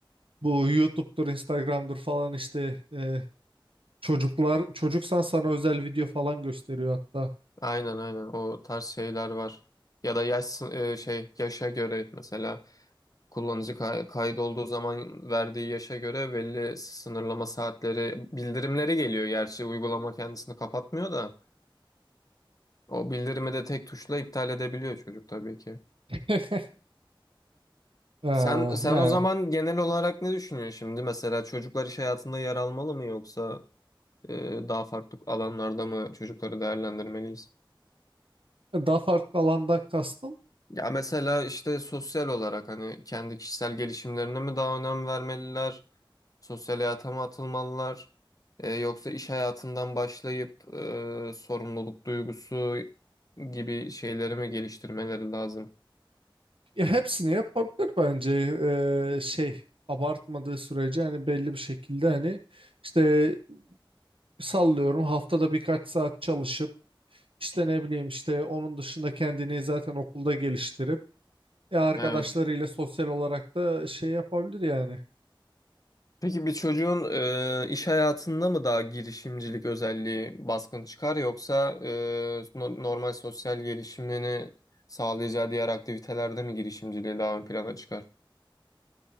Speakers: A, on the right (about 85°); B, on the left (about 40°).
A: bu YouTube'dur Instagram'dır falan işte e, çocuklar çocuksan sana özel video falan gösteriyor hatta.
B: Aynen aynen o tarz şeyler var. Ya da yaş sın- e, şey yaşa göre mesela kullanıcı kay- kaydolduğu zaman verdiği yaşa göre belli sınırlama saatleri bildirimleri geliyor. Gerçi uygulama kendisini kapatmıyor da o bildirimi de tek tuşla iptal edebiliyor çocuk tabii ki.
A: <laughs> Ee,
B: Sen sen
A: yani
B: o zaman genel olarak ne düşünüyorsun şimdi? Mesela çocuklar iş hayatında yer almalı mı yoksa e, daha farklı alanlarda mı çocukları değerlendirmeliyiz?
A: daha farklı alandan kastım.
B: Ya mesela işte sosyal olarak hani kendi kişisel gelişimlerine mi daha önem vermeliler? Sosyal hayata mı atılmalılar? E, yoksa iş hayatından başlayıp e, sorumluluk duygusu gibi şeyleri mi geliştirmeleri lazım?
A: Ya hepsini yapabilir bence. Ee, şey abartmadığı sürece hani belli bir şekilde hani işte sallıyorum haftada birkaç saat çalışıp işte ne bileyim işte onun dışında kendini zaten okulda geliştirip ya arkadaşlarıyla
B: Evet.
A: sosyal olarak da şey yapabilir yani.
B: Peki bir çocuğun e, iş hayatında mı daha girişimcilik özelliği baskın çıkar yoksa e, no- normal sosyal gelişimini sağlayacağı diğer aktivitelerde mi girişimciliği daha ön plana çıkar?